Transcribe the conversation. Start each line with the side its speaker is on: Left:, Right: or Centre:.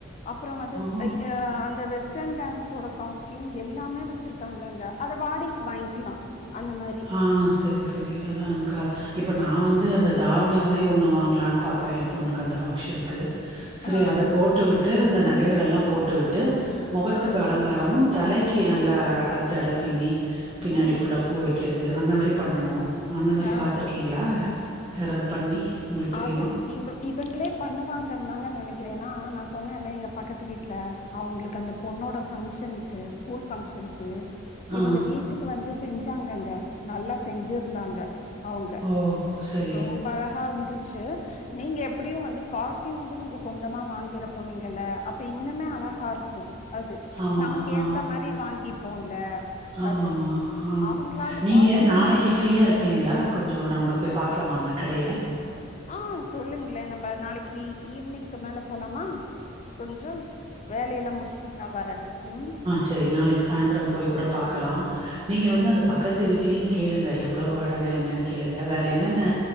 Left: அப்றோ வந்து
Right: ஓ!
Left: அய் ஆ அந்த வெஸ் டர்ன் டான்ஸோட காஸ்டியூம் எல்லாமே வெச்சிருக்காங்கங்க அத வாடகைக்கு வாய்ங்க்கலா அந்த மாறி
Right: ஆ சரி சரி அதா நமக்கு இப்பொ நா வந்து அந்த தாவணி மாறி ஒண்ணு வாங்கலான் பாக்குறே ஏ பொண்ணுக்கந்த ஃபங்க்ஷனுக்கு செரி
Left: ஆ
Right: அத போட்டுவிட்டு அந்த நகைகளெல்லா போட்டு விட்டு மொகத்துக்கு
Left: ஆ
Right: அலங்காரமு தலைக்கி நல்லா அழகா ஜடப்பின்னி பின்னாடி
Left: ம்
Right: ஃபுல்லா பூ வைக்கிறது அந்த மாரி பண்ணணு ஓ அந்ந மாரி
Left: ஆ
Right: பாத்துருக்கீங்ளா யாராவது பண்ணி உங்களுக்கு தெரியுமா
Left: ஆது இவ இவங்களே பண்ணுவாங்கன் தாங்க நெனைக்கிறே ஏனா நா சொன்னேல எங்க பக்கத்து வீட்ல அவங்ளுக்கு அந்த பொண்ணோட ஃபங்க்ஷன்க்கு ஸ்கூல் ஃபங்க்ஷன் கு
Right: ஆ
Left: இவங்க வீட்டுக்கு வந்து செஞ்சாங்கங்க நல்லா செஞ்சிருந்தாங்க அவங்க
Right: ஓ சரி
Left: ரொம்பழகா இருந்துச்சு நீங்க எப்டியு வந்து காஸ்டியூம் வந்து நீங்க சொந்தமா வாங்கிற போறீங்கல அப்ப இன்னுமே அழகாருக்கு அது
Right: ஆமா
Left: நமக்கு
Right: ஆ
Left: ஏத்த மாரி வாங்கிப்போல்ல
Right: ஆமாமா
Left: அது
Right: ஆ
Left: அவங்களாது
Right: நீங்க
Left: காஸ்ட்யூம்
Right: நாளைக் கி ஃப்ரீயா இருப்பீங்ளா கொஞ்சோ நம்ப போய் பாக்லாமா அந்த கடைய
Left: ஆஹ் சொல்லுங்ளே நம்ப நாளைக்கி ஈவினிங்க்கு மேல போலாமா கொஞ்சோ வேலையெல்லா முடிச்ட்டு நா வரே உம்
Right: செரி நாளைக்கு சாய்ந்தரோ போய் கூட பாக்கலா நீங்க வந்து
Left: ம்
Right: அந்த பக் கத்து வீட்லயு கேளுங்க எவ்வளோ வாடக என்னன் கேளுங்க வேற என்னென்ன